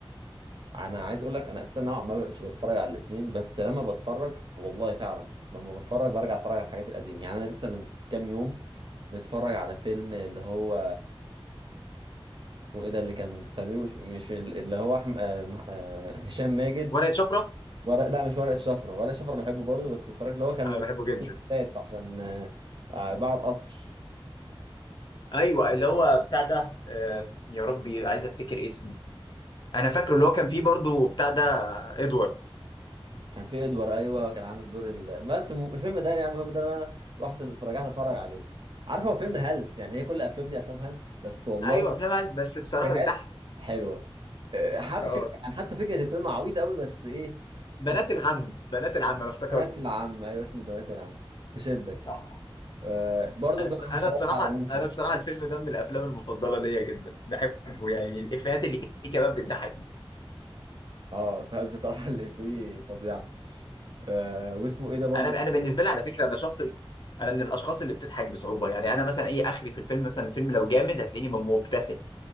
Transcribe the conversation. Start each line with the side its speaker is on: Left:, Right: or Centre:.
Right: انا عايز اقول لك انا اساسا نوعا ما بقتش بتفرج على الاثنين بس لما بتفرج والله فعلا لما بتفرج برجع اتفرج على الحاجات القديمه يعني انا لسه من كام يوم متفرج على فيلم اللي هو اسمه ايه ده اللي كان سمير مش, مش اللي هو احمد آه مح- آه هشام ماجد
Left: ورقه شفره
Right: ورق لا مش ورقة شفرة ورقة شفرة بحبه برضه بس اتفرجت اللي هو كان
Left: انا بحبه جدا
Right: فات عشان آه آه، باعوا القصر
Left: ايوه اللي هو بتاع ده آه، يا ربي عايز افتكر اسمه انا فاكره اللي هو كان فيه برضه بتاع ده ادوارد
Right: كان في ادوار ايوه كان عامل دور ال... بس الم- الفيلم ده يعني المهم ده انا رحت اتفرجت اتفرج عليه عارف هو فيلم هلس يعني هي كل الافلام دي افلام هلس بس والله
Left: ايوه افلام عيال، بس بصراحه
Right: إفيهات
Left: بتضحك
Right: حلوه آه، حبكه
Left: اه
Right: يعني حتى فكره الفيلم عبيطه قوي بس ايه
Left: بنات
Right: تشد
Left: العم بنات العم انا افتكرت
Right: بنات العم ايوه اسمه بنات العم تشدك
Left: صح
Right: آه برضه
Left: بس
Right: امبارح اتفرجت
Left: انا الصراحه
Right: على بوحة
Left: انا الصراحه الفيلم ده من الافلام المفضله ليا جدا بحبه يعني الافيهات اللي فيه كمان بتضحكني
Right: اه فبصراحة اللي فيه فظيعة آه واسمه ايه ده برضو
Left: انا انا بالنسبه لي على فكره انا شخص انا من الاشخاص اللي بتضحك بصعوبه يعني انا مثلا اي اخري في الفيلم مثلا الفيلم لو جامد هتلاقيني م- مبتسم